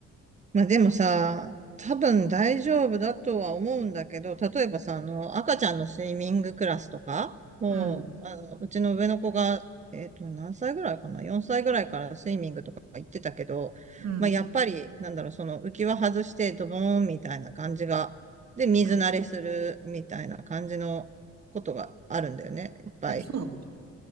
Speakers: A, on the right; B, on the right.
A: まあでもさ、多分大丈夫だとは思うんだけど、例えばさ、あの、赤ちゃんのスイミングクラスとか、もう、
B: うん、
A: あの、うちの上の子が、えっと、何歳ぐらいかな ?4 歳ぐらいからスイミングとか行ってたけど、
B: うん、
A: まあやっぱり、なんだろう、その浮き輪外してドボーンみたいな感じが、で、水慣れするみたいな感じのことがあるんだよね、
B: うん。
A: いっぱい。
B: え、そうなんだ。